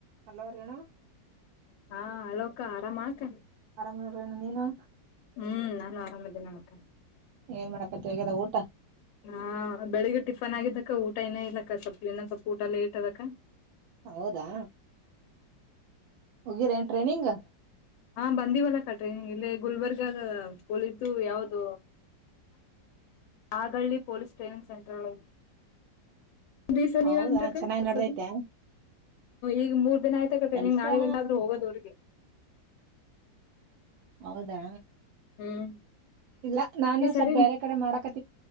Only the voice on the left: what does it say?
ಹಾ ಅಲೋಕ ಆರಾಮ್ ಆತ
ಹ್ಮ್ ನಾನು ಆರಾಮ್ದೇನಿ ಮತ್ತ
ಹಾ ಬೆಳಿಗ್ಗೆ ಟಿಫನ್ ಆಗಿದ್ದಕ್ಕ ಊಟ ಏನ ಇದಕ್ಕ ಸ್ವಲ್ಪ ಇನ್ನ ಸ್ವಲ್ಪ ಊಟ ಲೇಟ್ ಅದಕ
ಹಾ ಬಂದೀಿವಲ್ಲ ಕಟ್ರಿ ಇಲ್ಲಿ ಗುಲ್ಬರ್ಗದ ಹಲಿದ್ದು ಯಾವ್ದ ಆಾಗಳ್ಳಿ ಪೊಲೀಸ್ ಟ್ರೈನಿಂಗ್ ಸೆಂಟರ್ ದಸ ನೀರಂಗ್ರಕ್ಕಸದು
ಈಗ ಮೂರ್ ದಿನ ಆಯ್ತ ಕಟ್ರೆ
ನಿಿಂಗ್ ನಾಳಗ್ಂದಾದ್ರೂ ಹೋಗೋದು ಅವ್ರಿಗೆ
ಹ್ಮ್
ಈ ಸರಿ